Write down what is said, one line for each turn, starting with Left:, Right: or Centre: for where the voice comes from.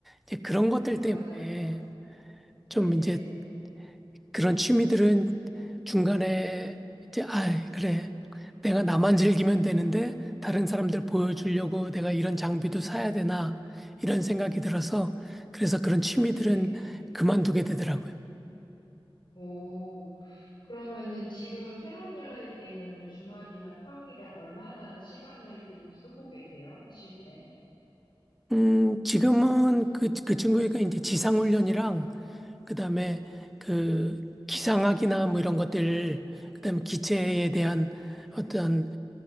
Centre: 이제 그런 것들
Left: 맞아요.
Centre: 때문에
Left: 네네.
Centre: 좀 이제 그런 취미들은 중간에 이제, 아, 그래. 내가 나만 즐기면 되는데 다른 사람들 보여주려고 내가 이런 장비도 사야 되나 이런 생각이 들어서 그래서 그런 취미들은
Left: 네.
Centre: 그만두게 되더라고요.
Left: 오. 그러면은 지금은 패러글라이딩을 주말이나 평일에 얼마나 시간을 좀 쓰고 계세요? 하실 때?
Centre: 음, 지금은 그, 그 친구가 이제 지상훈련이랑 그다음에 그 기상학이나 뭐 이런 것들 그다음에 기체에 대한 어떤